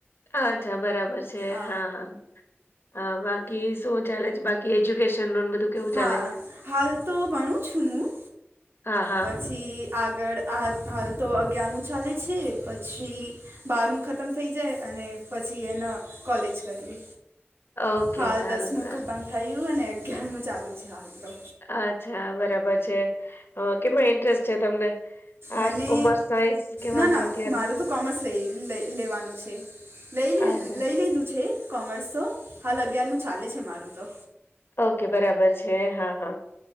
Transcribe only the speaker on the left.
હ અચ્છા બરાબર છે
હા હા. હ બાકી શું ચાલે છે, બાકી એજ્યુકેશન નું બધું? કેવું
ચાલે?
હા, હા.
ઓકે
સારું,
સારું.
અચ્છા બરાબર છે કેમાં ઇન્ટરેસ્ટ છે તમને? આર્ટસ,
કોમર્સ, સાયન્સ કેમાં
છો અત્યારે?
અચ્છા
ઓકે બરાબર છે, હા, હા,